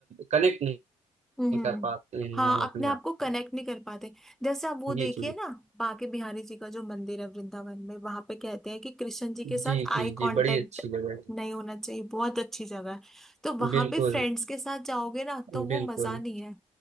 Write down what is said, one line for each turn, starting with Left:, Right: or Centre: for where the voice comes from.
Right: कनेक्ट नहीं
Centre: हम्म
Right: कर पाते हैं
Centre: हाँ
Right: हम अपने
Centre: अपने आप
Right: आप
Centre: को कनेक्ट
Right: को
Centre: नहीं कर पाते जैसे आप वो
Right: जी
Centre: देखिए
Right: जी
Centre: ना बांके बिहारी जी का जो मंदिर है वृंदावन में वहां पे कहते हैं कि कृष्ण जी के साथ
Right: जी
Centre: आई
Right: जी
Centre: कांटेक्ट
Right: जी बड़ी अच्छी जगह थी
Centre: नहीं होना चाहिए बहुत अच्छी जगह है तो वहां
Right: बिल्कुल
Centre: पे फ्रेंड्स के साथ जाओगे ना तो वो
Right: बिल्कुल
Centre: मजा नहीं है